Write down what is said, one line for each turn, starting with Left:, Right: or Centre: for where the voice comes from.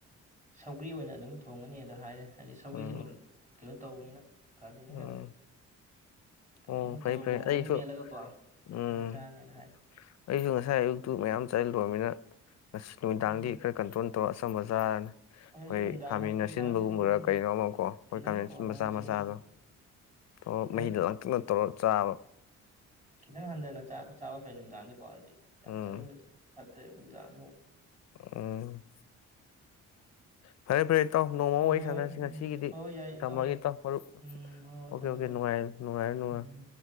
Right: ꯁꯧꯒ꯭ꯔꯤ ꯑꯣꯏꯅ ꯑꯗꯨꯝ ꯊꯣꯡꯉꯅꯤ ꯑꯗ ꯍꯥꯏꯔꯦ ꯍꯥꯏꯗꯤ ꯁꯧꯒꯔ꯭ꯤꯁꯤ
Left: ꯎꯝ
Right: ꯑꯗꯨꯝ ꯀꯩꯅꯣ ꯇꯧꯕꯅꯤꯅ ꯀꯥꯂꯦꯟꯅꯤꯅ
Left: ꯎꯝ
Right: ꯀꯩꯅꯣꯝ
Left: ꯑꯣ
Right: ꯑꯃ
Left: ꯐꯩ
Right: ꯇꯧꯔꯒ
Left: ꯐꯩ
Right: ꯃꯣꯔꯣꯛ
Left: ꯑꯩꯁꯨ
Right: ꯑꯃ ꯃꯦꯠꯂꯒꯀꯣ
Left: ꯎꯝ
Right: ꯁꯨꯃꯥꯏꯅ ꯆꯥꯔꯅꯤꯅ ꯍꯥꯏ
Left: ꯑꯩꯁꯨ ꯉꯁꯥꯏ ꯑꯌꯨꯛꯇꯨ ꯃꯌꯥꯝ ꯆꯠꯂꯨꯨꯔꯃꯤꯅ ꯉ ꯅꯨꯃꯤꯗꯥꯡꯗꯤ
Right: ꯎꯝ
Left: ꯈꯔ ꯀꯟꯇ꯭ꯔꯣꯜ <unintelligible> ꯃꯆꯥ ꯑꯩꯈꯣꯏ
Right: ꯍꯧꯖꯤꯛꯁꯨ ꯅꯨꯡꯗꯥꯡ
Left: ꯈꯥꯃꯦꯟ
Right: ꯍꯣꯏ ꯅꯨꯡꯗꯥꯡꯗꯤ
Left: ꯑꯁꯤꯟꯕꯒꯨꯝꯕꯔꯥ
Right: ꯎꯝ
Left: ꯀꯩꯅꯣ ꯑꯃꯀꯣ ꯑꯩꯈꯣꯏ
Right: ꯈꯤꯇꯪ
Left: ꯈꯥꯃꯦꯟ
Right: ꯀꯣ
Left: ꯑꯁꯤꯟꯕ
Right: ꯍꯣꯏ
Left: ꯃꯆꯥ
Right: ꯍꯣꯏ ꯆꯨꯝꯃꯦ
Left: ꯃꯆꯥꯗꯣ
Right: ꯆꯨꯝꯃꯦ
Left: <unintelligible>
Right: ꯈꯤꯇꯪ
Left: ꯃꯍꯤꯗ‌ꯣ ꯂꯥꯡꯇꯛꯅ ꯇꯧꯔ ꯆꯥꯕ
Right: ꯈꯤꯗꯪ ꯍꯟꯗꯅ ꯆꯥꯕ ꯐꯩ ꯅꯨꯡꯗꯥꯡꯗꯤ <unintelligible> <unintelligible> <unintelligible> ꯅꯨꯡꯅꯥꯡꯗꯤꯃꯨꯛ
Left: ꯎꯝ ꯎꯝ ꯐꯔꯦ ꯐꯔꯦ ꯇꯥꯎ ꯅꯣꯡꯃ
Right: ꯍꯣꯏ
Left: ꯋꯥꯔꯤ
Right: ꯍꯣꯏ
Left: ꯁꯥꯟꯅꯔꯁꯤ
Right: ꯍꯣꯏ ꯎꯝ
Left: ꯉꯁꯤꯒꯤꯗꯤ
Right: ꯍꯣꯏ ꯍꯣꯏ ꯌꯥꯏ
Left: ꯊꯝꯃꯒꯦ
Right: ꯌꯥꯏ
Left: ꯏꯇꯥꯎ ꯃꯔꯨꯞ
Right: ꯎꯝ ꯍꯣꯏ ꯍꯣꯏ
Left: ꯑꯣꯀꯦ
Right: ꯊꯝꯃꯦ
Left: ꯑꯣꯀꯦ
Right: ꯊꯝꯃꯦ
Left: ꯅꯨꯡꯉꯥꯏꯔ ꯅꯨꯡꯉꯥꯏꯔꯣ ꯅꯨꯡꯉꯥꯏꯔꯣ
Right: ꯎꯝ